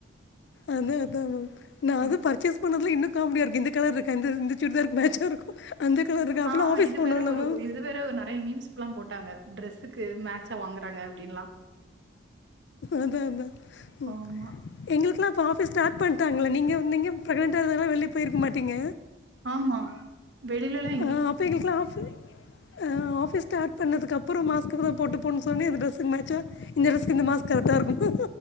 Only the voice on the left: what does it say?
அதா அதா மேம் நா அது
பர்ச்சேஸ் பண்ணதுல இன்னு காமடியா இருக்கு இந்த கலர் இருக்கா இந்த இந்த சுடிதார்க்கு மேச்சா இருக்கு அந்த கலர் இருக்கா அதலா
ஆஃபீஸ்
போனால
மேம்
அதா அதா ம்
எங்களுக்கல்லா அப்ப ஆஃபிஸ் ஸ்டாட் பண்ட்டாங்களே நீங்க நீங்க ப்ரக்னன்டா இருந்தனால வெளிய போயிருக்க மாட்டீங்க
ஆ அப்ப எங்களுக்கலா ஆஃப்பு அ ஆஃபீஸ் ஸ்டாட் பண்ணதுக்கப்பறோ மாஸ்கு தா போட்டு போணுன் சொன்னி அது ட்ரெஸுக்கு மேச்சா இந்த ட்ரெஸுக்கு இந்த மாஸ்க்கு கரெக்டா இருக்கு